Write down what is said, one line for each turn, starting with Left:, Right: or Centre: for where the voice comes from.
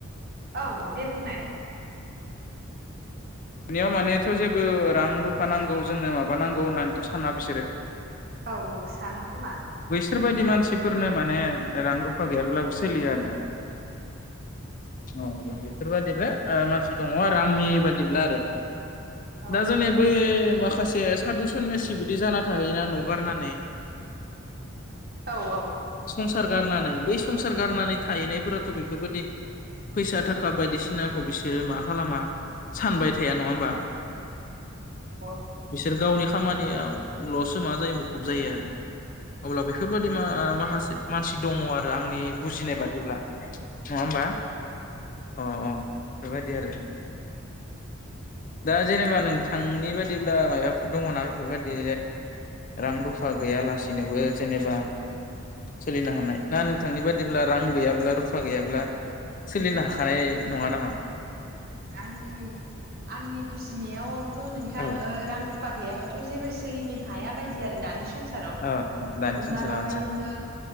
Right: औ औ दे बुंनाय।
Left: बिनियाव मानेथ' जेबो रां रुफा नांगौ जोंनो माबा नांगौ होननानैथ' साना बिसोरो।
Right: औ औ साना खोमा।
Left: बिफोरबायदि मानसिफोरनो माने रां रुफा गैयाब्लाबो सोलियो आरो दा औ <unintelligible> बेफोरबादिबो ओ मानसि दङ आरो आंनि बादिब्ला <unintelligible>
Right: औ
Left: दा जोंनि बै मा माखासे सादु सन्यासि बिदि जाना थाहैयोना न'गारनानै
Right: औ औ।
Left: संसार गारनानै बै संसार गारनानै थाहैनायफोराथ' बेफोरबायदि फैसा थाखा बायदिसिनाखौ बिसोरो मा खालामा सानबाय थ' गैया नङा होमबा।
Right: औ
Left: बिसोर गावनि खामानियावल'सो मा जायो मुखुब जायो आरो अब्ला बे बेफोरबायादि मा माखासे मानसि दङ आ आंनि बुजिनाय बादिब्ला नङा हबा अ अह आरो दा जेनेबा नोंथांनि बादिब्ला मायबाफोर दङना बेफोरबायदि रां रुफा गैयालासेनोबो जेनेबा सोलिनो हानाय ना नोंथांनि बादिब्ला रां गैयाब्ला रुफा गैयाब्ला सोलिनो हाखानाय नङा नामा?
Right: आंनि आंनि बुजिनायावथ' नोंथां
Left: औ
Right: ओ रां रु फा गैयाबाथ' जेबो सोलिनो हाया बायदि आरो दानि स संसाराव
Left: ओ ओ दानि
Right: हमना
Left: संसाराव
Right: लाबाय
Left: आदसा
Right: नोङो